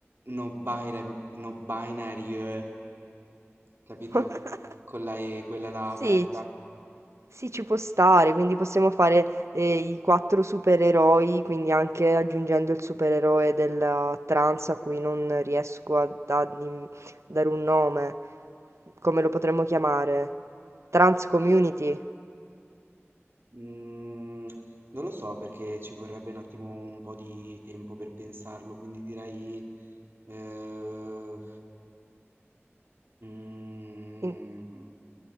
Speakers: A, on the right (about 55°); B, on the right (about 80°).
A: no binary, no binary, eh, capito?
B: <laughs>
A: Con la E, quella là
B: Sì,
A: aperta.
B: sì, ci può stare, quindi possiamo fare eh, i quattro supereroi, quindi anche aggiungendo il supereroe della trans a cui non riesco a dargli- dare un nome. Come lo potremmo chiamare? Trans Community.
A: Mm, non lo so perché ci vorrebbe un attimo un po' di tempo per pensarlo, quindi direi... eh, mm,
B: In-